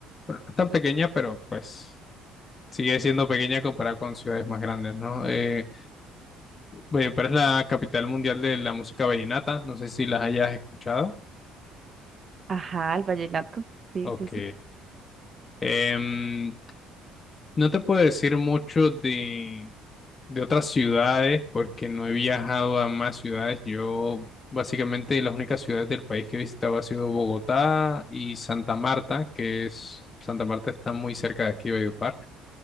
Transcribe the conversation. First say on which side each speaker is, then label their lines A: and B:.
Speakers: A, on the left; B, on the right.
A: bueno, no es tan pequeña, pero pues sigue siendo pequeña comparada con ciudades más grandes, ¿no? Eh, Valledupar es la capital mundial de la música vallenata, no sé si las hayas escuchado.
B: Ajá, el vallenato. Sí,
A: Ok.
B: sí, sí.
A: Em, no te puedo decir mucho de de otras ciudades porque no he viajado a más ciudades. Yo básicamente las únicas ciudades del país que he visitado ha sido Bogotá y Santa Marta, que es Santa Marta está muy cerca de aquí, Valledupar.